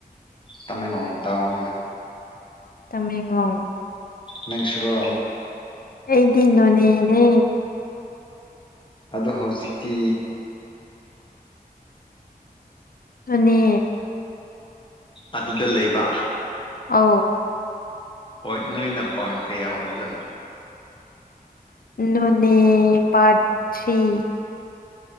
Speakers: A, on the left; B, on the left.
A: ꯇꯥꯃꯦꯡꯂꯣꯡ ꯇꯥꯎ
B: ꯇꯥꯃꯦꯡꯂꯣꯡ
A: ꯅꯪꯁꯨꯔꯣ
B: ꯑꯩꯗꯤ ꯅꯣꯅꯦꯅꯦ
A: ꯑꯗꯣ ꯍꯧꯖꯤꯛꯇꯤ
B: ꯑꯗꯨꯅꯤ
A: ꯑꯗꯨꯗ ꯂꯩꯕ
B: ꯑ
A: ꯍꯣꯏ ꯅꯣꯏꯅ ꯄꯥꯔꯠ ꯀꯌꯥ ꯑꯣꯏꯕꯖꯠꯂꯣ
B: ꯏꯣꯅꯦ ꯄꯥ ꯊꯔꯤ